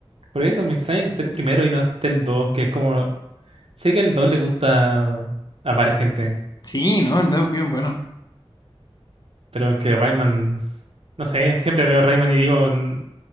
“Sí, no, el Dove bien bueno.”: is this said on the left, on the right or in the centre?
Left